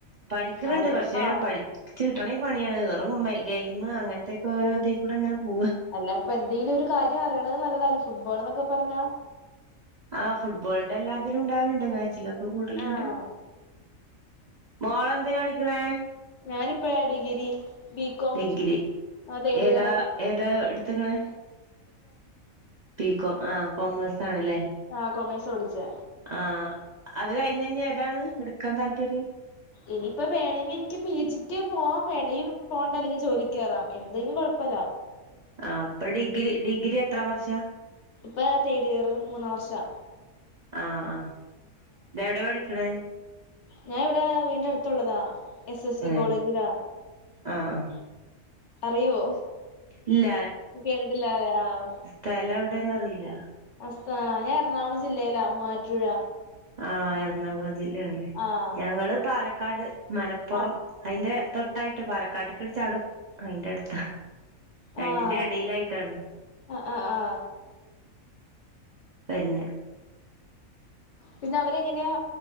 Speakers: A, on the right (about 50°); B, on the left (about 60°).
A: പഠിക്കുന്നുണ്ട്
B: ആഹ്
A: കുറച്ചണം
B: ആഹ്
A: പഠി കുട്ടണിൽ പണിയാണ് വെറും ഗെയിം അങ്ങനത്തെൊക്കെ ഓരോ തിക്കൂടെ അങ്ങനെ പോവാ
B: അല്ല ഇപ്പൊ എന്തെങ്കലും ഒരു കാര്യം അറിയണത് നല്ലതല്ലും ഫുട്ബോൾ എന്നൊക്കെ പറഞ്ഞാ
A: ആഹ് ഫുട്ബോളിന്റെ എല്ലാതിലും ഉണ്ടാവലുണ്ട് മാച്ചിലൊക്കെ കൂടുതലുണ്ട്
B: ആഹ്
A: മോള എന്തിനാ അടിക്കണേ
B: ഞാനിപ്പോ ഡിഗ്രി ബികോം
A: ഡിഗ്രി
B: ആഹ് തേടിയറ്
A: ഏതാ ഏതാ എടുത്ത്ക്ക്ണെ ബികോം ആഹ് കോമേഴ്സ് ആണല്ലേ
B: ആ കൊമേഴ്സാ പഠിച്ചേ
A: ആഹ് അത് കഴിഞ്ഞ കഴിഞ്ഞ് ഏതാണ് എടുക്കാൻ താല്പര്യം
B: ഇനിയിപ്പ വേണമെങ്കിൽ എനിക്ക് പി ജിക്ക് പോവാൻ വേണമേിൽ പോകണ്ടല്ലെങ്കിൽ ജോലി കയറാം എന്തങ്കിലും കുഴപ്പമില്ല
A: ആഹ് അപ്പൊ ഡിഗ്രി ഡിഗ്രി എത്ര വർഷം
B: ഇപ്പൊ തേഡ് ഇയർ മൂന്നാം വർഷമാ
A: ആഹ് ആഹ് ഇതെവിടെ പഠിക്ക്ണേ
B: ഞാൻ ഇവിടെ വീടിന്റെ അടുത്തുള്ളതാ എസ് എസ്
A: തന്നെ
B: വി കോളേജിലാ
A: ആഹ് ആഹ്
B: അറിയുവോ
A: ഇല്ല
B: കേട്ടട്ടില്ല ആഹ്
A: തേലം എവിടെന്ന്റിയില്ല
B: അത ഞാൻ എറണാകുളം ജില്ലയിലാ മൂവാറ്റുഴ
A: ആഹ് എറണാകുളം ജില്ലയാണല്ലേ
B: ആഹ്
A: ഞങ്ങള് പാലക്കാട് മലപ്പുറം
B: ആ
A: അതിന്റെ തൊട്ടായിട്ട് പാലക്കാട് ക ചാടും അയിന്റെ അടുത്ത് രണ്ടിന്റെ
B: ആഹ്
A: ഇടയിലായിട്ടാണ്
B: ആ ആ ആ
A: വരുന്നേ
B: പിന്നെ അവരെങ്ങനെയാ